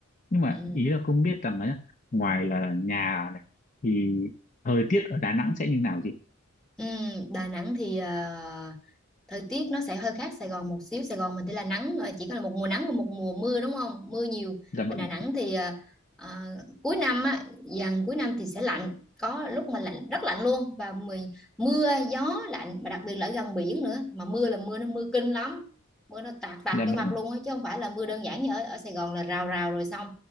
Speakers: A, on the left (about 35°); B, in the centre.
A: nhưng mà
B: Ừ.
A: ý là không biết rằng ấy, ngoài là nhà này thì thời tiết ở Đà Nẵng sẽ như nào chị
B: Ừ, Đà Nẵng thì à, thời tiết nó sẽ hơi khác Sài Gòn một xíu Sài Gòn mình thì là nắng ờ, chỉ có là một mùa nắng và một mùa mưa đúng không mưa nhiều
A: dạ
B: bên
A: vâng
B: Đà Nẵng thì ờ, ờ, cuối năm á dần cuối năm thì sẽ lạnh có lúc mà lạnh rất lạnh luôn và mười, mưa gió lạnh và đặc biệt là ở gần biển nữa mà mưa là mưa nó mưa kinh lắm mưa nó tạt tạt
A: dạ
B: vô mặt
A: vâng
B: luôn á chứ không phải là mưa đơn giản như ở, ở Sài Gòn là rào rào rồi xong